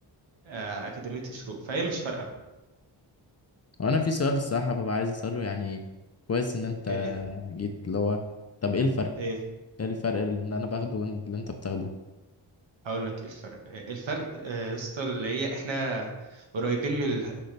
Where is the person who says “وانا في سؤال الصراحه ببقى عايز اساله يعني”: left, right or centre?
Left